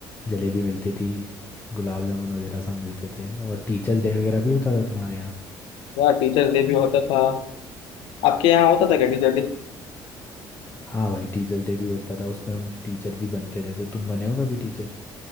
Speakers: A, on the left; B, on the left.
A: जलेबी मिलती थी गुलाब जामुन वगैरह सब मिलते थे और टीचर्स डे वगैरह भी होता था तुम्हारे यहाँ
B: यार टीचर्स डे भी होता था आपके यहाँ होता था क्या टीचर डे
A: हाँ भाई टीचर्स डे भी होता था उसमें हम टीचर भी बनते थे तो तुम बने हो कभी टीचर